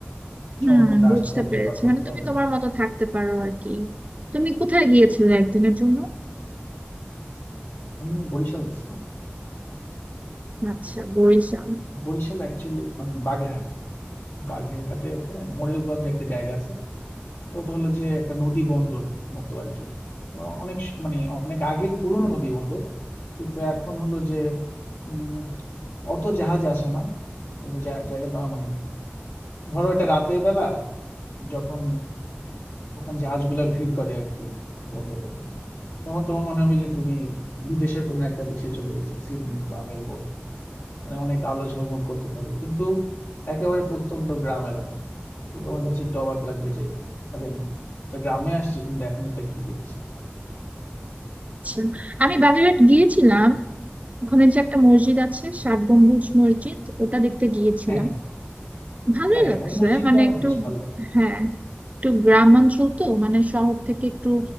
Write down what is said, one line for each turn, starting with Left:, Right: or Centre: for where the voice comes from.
Right: হুম
Left: সময় মতো
Right: বুঝতে
Left: আসতে হবে
Right: পেরেছি
Left: বা করতে
Right: মানে তুমি
Left: হবে
Right: তোমার মতো থাকতে পারো আর কি তুমি কোথায় গিয়েছিলে একদিনের জন্য
Left: আমি বরিশাল গেছিলাম
Right: আচ্ছা বরিশাল
Left: বরিশাল অ্যাকচুয়ালি মানে বাগেরহাট বাগেরহাটে ওখানে মোরেলগঞ্জ একটা জায়গা আছে তো ওটা হলো যে একটা নদী বন্দর মতো আর কি অনেক স- মানে অনেক আগের পুরনো নদী বন্দর কিন্তু এখন হলো যে উম, অত জাহাজ আসে না কিন্তু জা- জায়গাটা আমার মানে ধরো এটা রাতের বেলা যখন ওখানে জাহাজগুলো ভিড় করে আর কি বন্দরে এখানে তখন তোমার মনে হবে যে তুমি বিদেশের কোনো একটা দেশে চলে গেছো সিডনি বা মেলবোর্ন মানে অনেক আলো ঝলমল করতে থাকে কিন্তু একেবারে প্রত্যন্ত গ্রাম এলাকা তো তোমার কাছে একটু অবাক লাগবে যে আরে আমি একটা গ্রামে আসছি কিন্তু এখন এটা কি দেখছি
Right: আচ্ছা আমি বাগেরহাট গিয়েছিলাম ওখানে যে একটা মসজিদ আছে ষাট গম্বুজ মসজিদ ওটা দেখতে গিয়েছিলাম
Left: হ্যাঁ হ্যাঁ
Right: ভালোই
Left: হ্যাঁ
Right: লাগছে
Left: ওই মসজিদটা
Right: মানে
Left: আমার
Right: একটু
Left: বেশ ভালো লাগে
Right: হ্যাঁ একটু গ্রাম অঞ্চল তো মানে শহর থেকে একটু